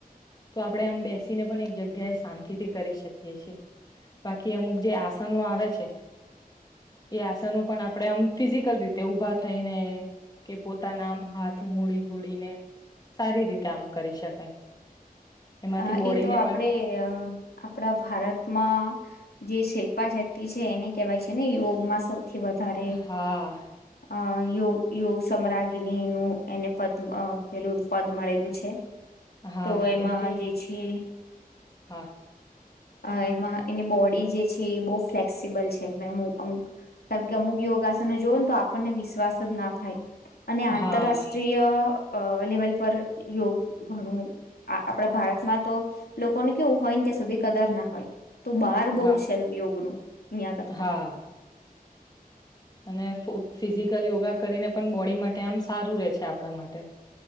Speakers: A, on the left (about 25°); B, on the left (about 85°).
A: તો આપડે આમ બેસીને પણ એક જગ્યાએ શાંતિથી કરી શકીએ છીએ, બાકી અમુક જે આસનો આવે છે એ આસનો પણ આપડે આમ ફિઝિકલ રીતે ઉભા થઈને કે પોતાના આમ હાથ મડી બોડીને સારી રીતે આમ કરી શકાય. એમાંથી
B: અહ
A: બોડીને
B: એ તો આપડે
A: પણ
B: અહ આપડા ભારતમાં જે શિલ્પા શેટ્ટી છે એને કેહેવાય છે ને યોગમાં સૌ થી વધારે
A: હા
B: અહ અહ યો યોગ સામ્રાગીની નું એને પદ અહ પેલું પદ મળેલું છે.
A: હા
B: તો એમાં
A: કેમ કે
B: જે છે
A: હા.
B: અ એમાં એની બોડી જે છે એ બહુ ફ્લેક્સિબલ છે અમુક અમુક કારણ કે અમુક યોગાસનો જોવો ને તો આપણને વિશ્વાસ જ ના થાય. અને
A: હા
B: આંતરરાષ્ટ્રીય અ લેવલ પર યોગ ઘણું આપણા ભારતમાં તો લોકોનું કેવું હોય ને ત્યાં સુધી કદર ના હોય. તો બહાર બહુ
A: હા
B: છે યોગનું અહયા કરતા
A: હા અને ફિઝિકલ યોગા કરીને પણ બોડી માટે આમ સારું રે છે આપણા માટે